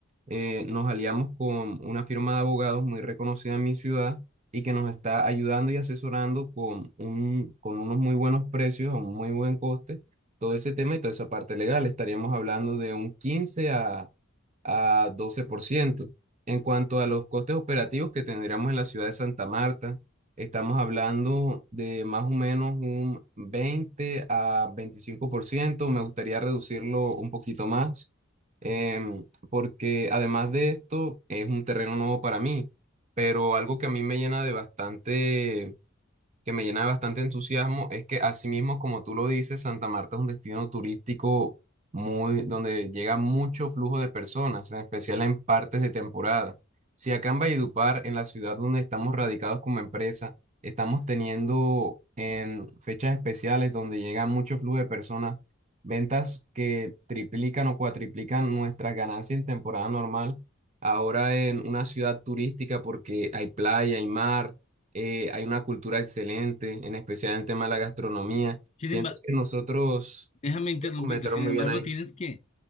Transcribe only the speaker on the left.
Sin
embargo,
déjame interrumpirte,
sin
embargo,
tienes que